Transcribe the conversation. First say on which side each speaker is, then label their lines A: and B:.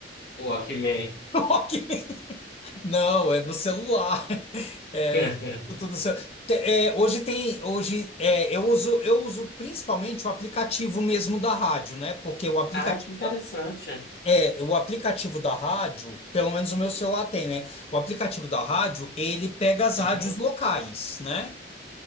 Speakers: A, on the left; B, on the left.
A: o Walkman.
B: <laughs> Ok. Não, é no celular. <laughs> É,
A: <laughs>
B: eu escuto no celu- Te- é, hoje tem, hoje é, eu uso, eu uso principalmente o aplicativo mesmo da rádio, né? Porque o aplicativo
A: Ah, que interessante.
B: da- é, o aplicativo da rádio, pelo menos o meu celular tem, né? O aplicativo da rádio, ele pega as
A: Uhum.
B: rádios locais, né?